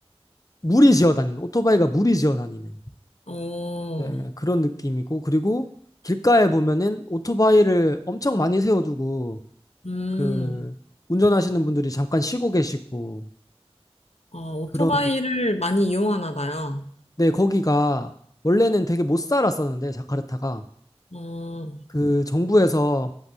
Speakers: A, on the left; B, on the left.
A: 무리 지어 다니는 오토바이가 무리 지어 다니는
B: 어,
A: 네, 그런 느낌이고 그리고 길가에 보면은 오토바이를 엄청 많이 세워두고
B: 음,
A: 그 운전하시는 분들이 잠깐 쉬고 계시고
B: 어, 오토바이를
A: 그런
B: 많이 이용하나 봐요.
A: 네 거기가 원래는 되게 못 살았었는데 자카르타가
B: 어,
A: 그 정부에서